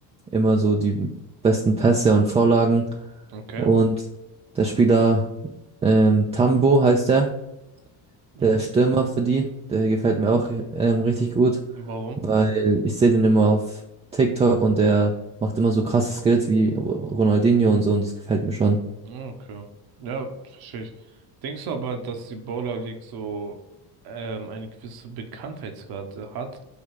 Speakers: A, on the right (about 15°); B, on the right (about 55°).
A: immer so die besten Pässe und Vorlagen.
B: Okay.
A: Und der Spieler ähm, Tambo heißt er,
B: Mhm.
A: der Stürmer für die, der gefällt mir auch ähm, richtig gut,
B: Warum?
A: weil ich sehe den immer auf TikTok und der macht immer so krasse Skills wie Ronaldinho und so und das gefällt mir schon.
B: Ah, Okay. Ja, verstehe ich. Denkst du aber, dass die Baller League so ähm, eine gewisse Bekanntheitsrate hat?